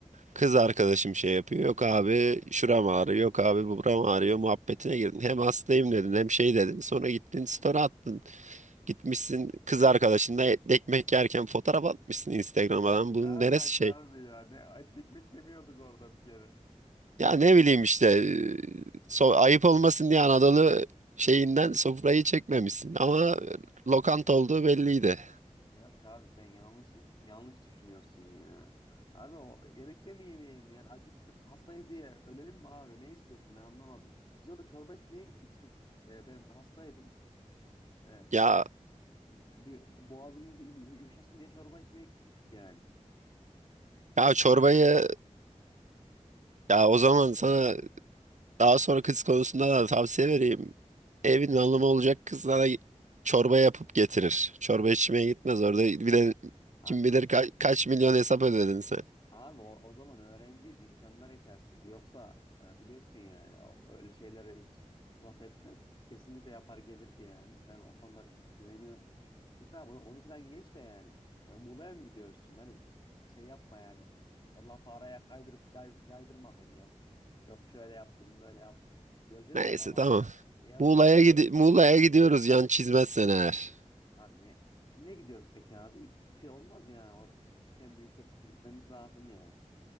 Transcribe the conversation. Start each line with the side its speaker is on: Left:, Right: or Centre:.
Right: Kız arkadaşım şey yapıyor. Yok abi şuram ağrıyor. Yok abi buram ağrıyor. Muhabbetine girdin. Hem hastayım dedin hem şey dedin. Sonra gittin story attın. Gitmişsin kız
Left: <laughs>
Right: arkadaşınla et- ekmek yerken fotoğraf atmışsın Instagram'a. Lan
Left: Ne
Right: Bunun
Left: alaka
Right: neresi şey
Left: abi ya? Ne etlik mi yemiyorduk orada bir kere?
Right: Ya ne bileyim işte e, so ayıp olmasın diye Anadolu şeyinden sofrayı çekmemişsin ama lokanta olduğu belliydi.
Left: Yok abi sen yanlış yanlış düşünüyorsun ya. Abi o yemekte mi yemeyelim yani acıktık hastayız diye ölelim mi abi ne istiyorsun ben anlamadım. Biz orada çorba içmeye gitmiştik. Ee, ben hastaydım. Ee, işte
Right: Ya
Left: bir boğazım yum- yum- yumuşasın diye çorba içmeye gitmiştik yani.
Right: ya çorbayı ya o zaman sana daha sonra kız konusunda da tavsiye vereyim. Evin hanımı olacak kız sana çorba yapıp getirir. Çorba içmeye gitmez orada bir de
Left: Abi
Right: kim bilir ka- kaç milyon hesap ödedin sen.
Left: Abi o, o zaman öğrenciydi, imkanlar yetersizdi. Yoksa e, biliyorsun yani o- öyle şeylere hiç laf etmez. Kesinlikle yapar gelirdi yani. Ben o konuda güveniyorum. Neyse abi onu, onu falan geç de yani. E, Muğla'ya mı gidiyoruz şimdi? Hani şey yapma yani. O lafı araya kaydırıp cay- caydırma beni. Yok yok şöyle yaptım, böyle yaptım. Göreceğiz
Right: Neyse
Left: bakalım hani.
Right: tamam.
Left: Yaz,
Right: Muğla'ya
Left: yaz.
Right: gidi Muğla'ya gidiyoruz yan çizmezsen eğer.
Left: Abi ne? Kimle gidiyoruz peki abi? İki kişi olmaz yani. O gitmişken bir üç dört kişi gitmemiz lazım yani.